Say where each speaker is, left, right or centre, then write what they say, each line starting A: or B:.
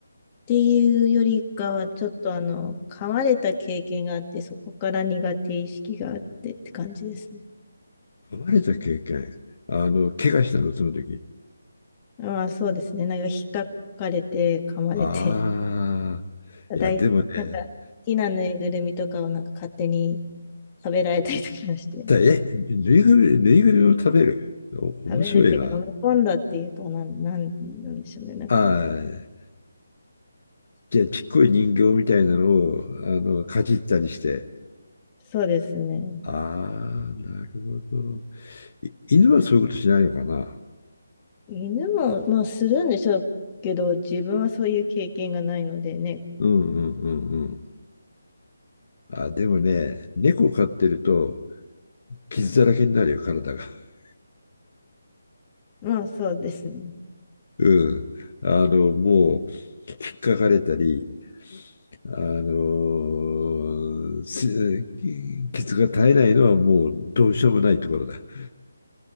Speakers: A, on the left; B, on the left.
A: ていうよりかは、ちょっとあの、噛まれた経験があって、そこから苦手意識があってって感じですね。
B: 噛まれた経験。あの、怪我したの、その時。
A: まあそうですね。なんか引っかかれて、噛まれて、
B: ああ、
A: <laughs>
B: いや、
A: 大好き、
B: でもね、
A: なんか好きなぬいぐるみとかをなんか勝手に食べられたりとかして、
B: たえ、ぬいぐるみ、ぬいぐるみを食べる。お、
A: 食べるっていうか飲み込んだっていうかなん、
B: 面白いな。
A: なん、なんでしょうね。なんか、
B: ああ、じゃあ、ちっこい人形みたいなのを、あの、かじったりして。
A: そうですね。
B: ああ、なるほど。い犬はそういうことしないのかな。
A: 犬も、まあ、するんでしょうけど、自分はそういう経験がないのでね。
B: うんうんうんうん。あ、でもね、猫飼ってると傷だらけになるよ、体が。<laughs>
A: まあ、そうですね。
B: うん。あの、もう、引っかかれたり、あのーす傷が絶えないのはもうどうしようもないところだ。<laughs>